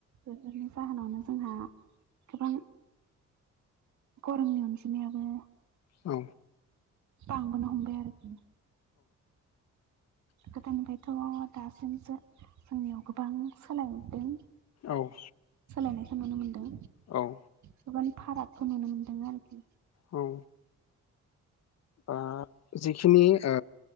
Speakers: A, on the right; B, on the left.
A: बेफोरनि जाहोनावनो जोंहा गोबां गरमनि अनजिमायाबो
B: औ
A: बांबोनो हमबाय आरोखि गोदोनिफ्रायथ' दासिमसो जोंनियाव गोबां सोलायरदों
B: औ।
A: सोलायनायखौ नुनो मोनदों
B: औ
A: गोबानि फारागखौ नुनो मोनदों आरोखि।
B: औ ओ जिखिनि ओ